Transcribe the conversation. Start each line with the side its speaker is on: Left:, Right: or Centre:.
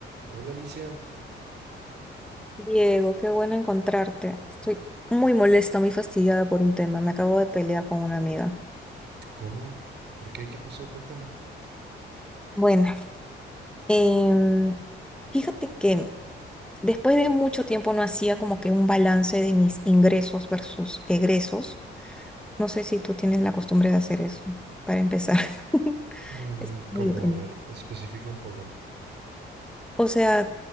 Right: Hola Alicia.
Centre: Diego, qué bueno encontrarte. Estoy muy molesta, muy fastidiada por un tema. Me acabo de pelear con una amiga.
Right: ¿Cómo? ¿Por qué? ¿Qué pasó? Cuéntame.
Centre: Bueno, em, fíjate que después de mucho tiempo no hacía como que un balance de mis ingresos versus egresos. No sé si tú tienes la costumbre de hacer eso, para empezar. <laughs>
Right: Mm,
Centre: Es muy
Right: ¿cómo?
Centre: deprimente.
Right: A ver, especifica un poco.
Centre: O sea,